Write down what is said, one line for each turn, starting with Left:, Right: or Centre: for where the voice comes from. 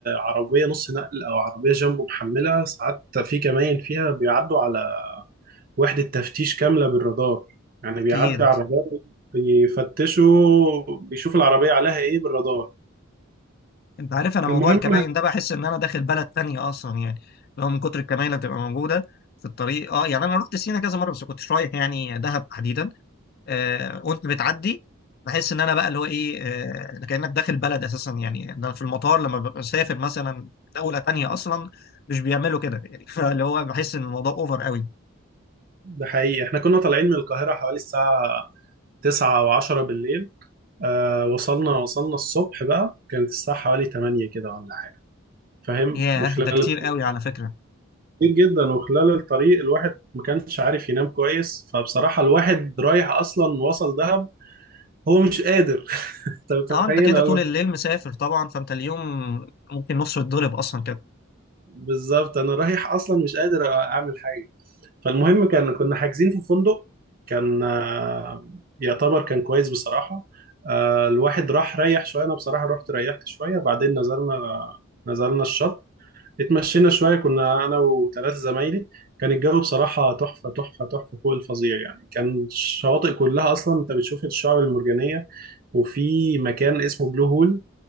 Right: عربيه نص نقل او عربيه جنبه محمله ساعات في كمان فيها بيعدوا على وحده تفتيش كامله بالرادار يعني
Left: اكيد
Right: بيعدي على الرادار بيفتشوا بيشوف العربيه عليها ايه بالرادار
Left: انت عارف انا موضوع
Right: المهم
Left: الكمائن ده بحس ان انا داخل بلد تانية اصلا يعني لو من كتر الكمائن اللي بتبقى موجوده في الطريق اه يعني انا رحت سينا كذا مره بس كنتش رايح يعني دهب تحديدا آه وانت بتعدي بحس ان انا بقى اللي هو ايه آه ده كانك داخل بلد اساسا يعني ده في المطار لما ببقى مسافر مثلا دوله تانية اصلا مش بيعملوا كده يعني <laughs> فاللي هو بحس ان الموضوع اوفر قوي
Right: ده حقيقي احنا كنا طالعين من القاهره حوالي الساعه 9 او 10 بالليل آه وصلنا وصلنا الصبح بقى كانت الساعه حوالي 8 كده ولا حاجه فاهم
Left: ياه
Right: من خلال
Left: ده كتير قوي على فكرة
Right: كتير جدا وخلال الطريق الواحد ما كانش عارف ينام كويس فبصراحة الواحد رايح أصلا وصل دهب هو مش قادر <laughs> أنت متخيل
Left: اه انت كده
Right: ولا
Left: طول الليل مسافر طبعا فانت اليوم ممكن نصه يتضرب اصلا كده
Right: بالظبط أنا رايح أصلا مش قادر أعمل حاجة فالمهم كان كنا حاجزين في فندق كان آه، يعتبر كان كويس بصراحة آه، الواحد راح ريح شوية أنا بصراحة رحت ريحت شوية بعدين نزلنا نزلنا الشط اتمشينا شوية كنا أنا وثلاثة زمايلي كان الجو بصراحة تحفة تحفة تحفة فوق الفظيع يعني كان الشواطئ كلها أصلا أنت بتشوف الشعب المرجانية وفي مكان اسمه بلو هول